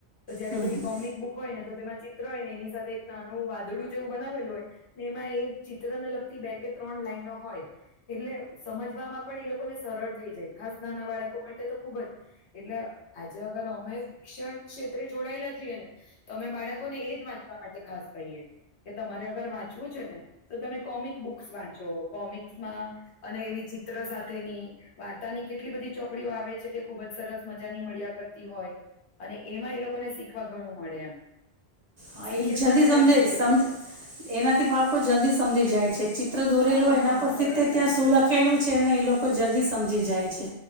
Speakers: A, on the left (about 85°); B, on the right (about 55°).
A: તો જયારે
B: હમ
A: પેલી
B: હમ.
A: કોમિક બુક હોય ને તો તેમાં ચિત્ર હોય ને એની સાથે એક નાનું વાદળું જેવું બનાવેલું હોય ને એમાં એ ચિત્ર ને લગતી બે કે ત્રણ લાઈનો હોય, એટલે સમજવામાં પણ એ લોકોને સરળ થઈ જાય, ખાસ નાના બાળકો માટે તો ખુબ જ. એટલે આજે અગર અમે શિક્ષણ ક્ષેત્રે જોડાયેલા છીએ ને તો અમે બાળકોને એ જ વાંચવા માટે ખાસ કહીએ, કે તમારે અગર વાંચવું છે ને તો તમે કોમિક બુક્સ વાંચો. કોમિક્સમાં અને એવી ચિત્ર સાથેની વાર્તાની કેટલી બધી ચોપડીઓ આવે છે, કે ખુબ જ સરસ મજાની મળ્યા કરતી હોય, અને એમાં એ લોકોને શીખવા ઘણું મળે એમ.
B: હા
A: શીખે
B: એ જલ્દી
A: પણ અને
B: સમજે
A: વાંચે
B: સમ
A: પણ
B: એનાથી બાળકો જલ્દી સમજી જાય છે. ચિત્ર દોરેલું
A: હા
B: હોય
A: હા
B: એના પરથી
A: સરળતાથી
B: તે ત્યાં શું
A: થઈ
B: લખેલું છે ને ઈ લોકો જલ્દી સમજી જાય છે.